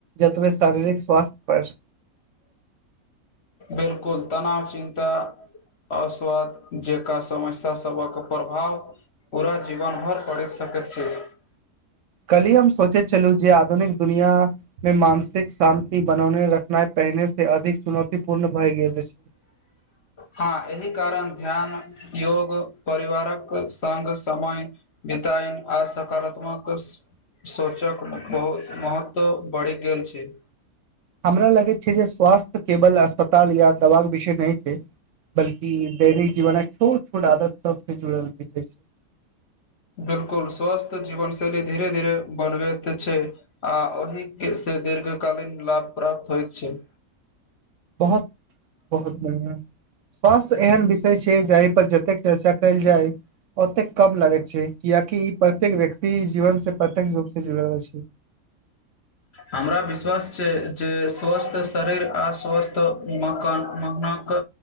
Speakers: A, on the right; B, on the left.
A: जतबे शारीरिक स्वास्थ्य पर
B: बिलकुल तनाव चिन्ता अस्वस्थ जेका समस्या सभक प्रभाव पूरा जीवन भर पड़ि सकैत सक छी <unintelligible>
A: कल्हि हम सोचे छलू जे आधुनिक दुनियामे मानसिक शान्ति बनौने रखनाइ पहिने से अधिक चुनौती पूर्ण भए गेल अछि
B: ह एहि कारण ध्यान योग परिवारक संग समय बितइल आ सकारात्मक सोचक बहुत महत्व बढ़ि गेल छैय
A: हमरा लगैत छै जे स्वास्थ्य केवल अस्पताल या दबाक विषय नै छैय बल्कि दैनिक जीवनक छोट छोट आदत सबसँ जुड़ल विष छैय
B: बिलकुल स्वस्थ जीवन शैली धीरे धीरे बनबैत छैय आ ओहि के से दीर्घकालीन लाभ प्राप्त हो छैय
A: बहुत बहुत बढियां स्वास्थ एहन विषय छैय जे जाहि पर जतेक चर्चा कयल जाय ओतेक कम लागैत छैय कियाकि ई प्रत्येक व्यक्ति जीवन से प्रत्येक्ष रूप से जुड़ल अछि
B: हमरा विश्वास छै जे स्वस्थ शरीर आ स्वस्थ मकान मनाक